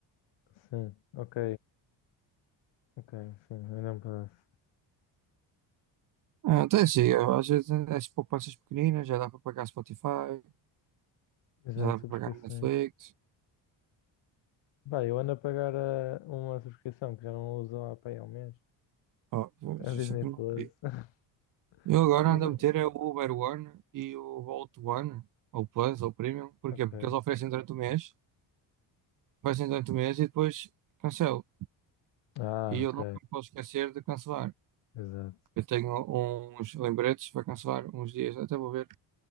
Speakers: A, on the left; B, on the right.
A: Sim, ok. Ok, sim, ainda um pedaço.
B: Ah, então é assim, eu, às vezes as poupanças pequeninas já dá para pagar Spotify,
A: Exato,
B: já dá
A: subscrições.
B: para pagar Netflix.
A: Pá, eu ando a pagar ah, uma subscrição que já não uso há, pá, há um mês.
B: Oh,
A: A
B: só
A: Disney
B: que
A: Plus.
B: não. vi.
A: <laughs>
B: Eu agora
A: Usa.
B: ando a meter é o Uber One e o Volt One, ou Plus, ou Premium. Porquê?
A: Ok.
B: Porque eles oferecem durante o mês, oferecem durante o mês e depois cancelam.
A: Ah,
B: E eu
A: ok.
B: nunca me posso esquecer de cancelar.
A: Exato.
B: Eu tenho uns lembretes para cancelar uns dias. Até vou ver